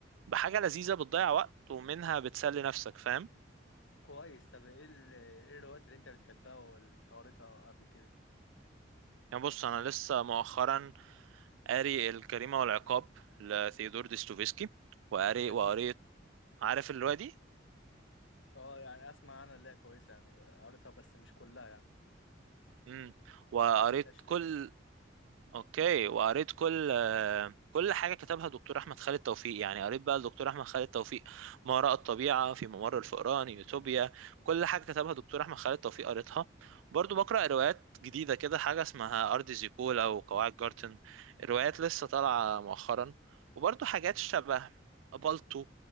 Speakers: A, on the right; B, on the left.
A: بحاجة لذيذة بتضيع وقت ومنها بتسلي نفسك فاهم
B: كويس طب ايه ال- ايه الروايات اللي انت بتحبها واللي انت قريتها قبل كده
A: يعني بص أنا لسه مؤخرا قاري الجريمة والعقاب لثيودور ديستوفيسكي وقاري
B: جميل
A: وقريت عارف الرواية دي
B: اه يعني اسمع عنها اللي هي كويسه يعني قريتها بس مش كلها يعني
A: امم وقريت
B: ما كملتهاش
A: كل
B: للاخر
A: اوكي وقريت كل آه، كل حاجه كتبها دكتور احمد خالد توفيق يعني قريت بقى الدكتور احمد خالد توفيق ما وراء الطبيعه في ممر الفئران يوتوبيا كل حاجه كتبها دكتور احمد خالد توفيق قريتها برضو بقرا روايات جديده كده حاجه اسمها ارض زيكولا وقواعد جارتن الروايات لسه طالعه مؤخرا وبرضو حاجات شبه بالطو